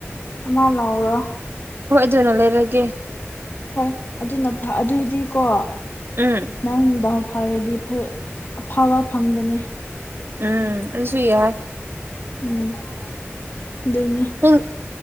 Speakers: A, on the left; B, on the right.
A: ꯑꯃꯂ ꯑꯣꯔꯣ
B: ꯍꯣꯏ ꯑꯗꯨꯅ ꯂꯩꯔꯒꯦ
A: ꯍꯣꯏ ꯑꯗꯨꯅ ꯑꯗꯨꯏꯗꯤꯀꯣ
B: ꯎꯝ
A: ꯅꯪꯗ ꯐꯔꯗꯤ ꯑꯐꯕ ꯐꯪꯕꯅꯦ
B: ꯎꯝ ꯑꯁꯨ ꯌꯥꯏ
A: ꯎꯝ ꯑꯗꯨꯗꯩꯅ
B: ꯅꯪ